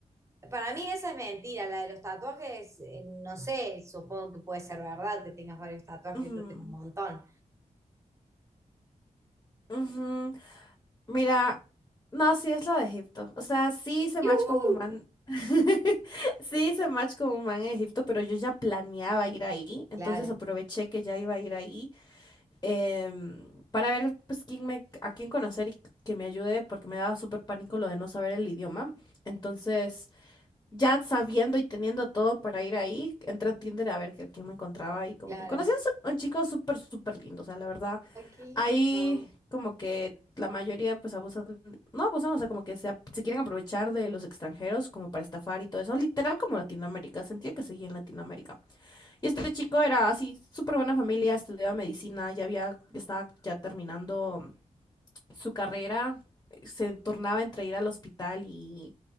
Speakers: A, on the right; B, on the left.
A: Para mí esa es mentira, la de los tatuajes, eh, no sé, supongo que puede ser verdad que tengas varios tatuajes,
B: Ujú,
A: yo tengo un montón.
B: ujú. Mira, no, sí es lo de Egipto. O sea, sí se match
A: ¡Yujú!
B: con un man. <laughs> Sí hice match con un man en Egipto, pero yo ya planeaba ir ahí. Entonces
A: Claro,
B: aproveché que ya iba a ir ahí em, para ver pues quién me, a quién conocer y que me ayude, porque me daba súper pánico lo de no saber el idioma. Entonces, ya sabiendo y teniendo todo para ir ahí, entré a Tinder a ver que, a quién me encontraba y como
A: claro.
B: que conocí a un, su- un chico súper, súper lindo. O sea, la verdad,
A: Ay, qué lindo.
B: ahí como que la mayoría pues abusan, no abusan, o sea, como que se, ap- se quieren aprovechar de los extranjeros como para estafar y todo eso. Literal como Latinoamérica, sentía que seguía en Latinoamérica. Y este chico era así, súper buena familia, estudiaba medicina, ya había, ya estaba ya terminando su carrera, se tornaba entre ir al hospital y,